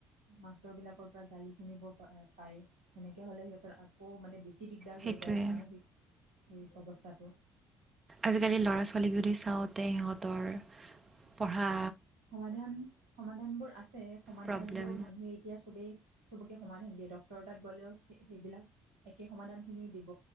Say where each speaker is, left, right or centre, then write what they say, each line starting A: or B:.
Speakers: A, on the right (about 75°); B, on the right (about 30°).
A: মাষ্টৰ বিলাকৰ পৰা গালি শুনিব পা পায় সেনেকে হ'লে সিহঁতৰ আকৌ মানে বেছি বেছি দিগদাৰ
B: সেইটোৱে
A: হৈ যায় মানসিক এই অৱস্থাটো
B: আজিকালি ল'ৰা ছোৱালীক যদি চাওঁতে সিহঁতৰ পঢ়া
A: সমাধান সমাধান বোৰ আছে সমাধান
B: প্ৰব্লেম
A: বোৰ মানুহে এতিয়া চবেই চবকে সমাধান দিয়ে ডক্তৰ তাত গলেও সেইবিলাক একে সমাধান খিনি দিব